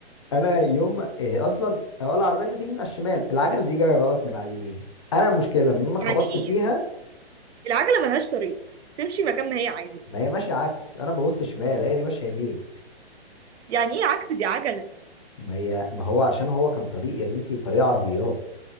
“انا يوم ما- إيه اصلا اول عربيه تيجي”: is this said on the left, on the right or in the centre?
Left